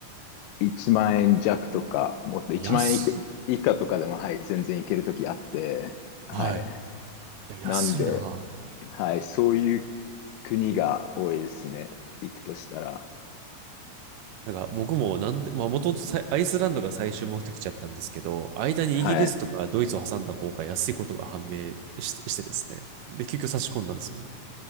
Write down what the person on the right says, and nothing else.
安っ、
はい。いや、安いな。
なんか、僕もなんで、まあ、もともとさいアイスランドが最終目的地だったんですけど、間にイギリスとかドイツを挟んだ方が安いことが判明し、
してですね。で、結局差し込んだんですよ。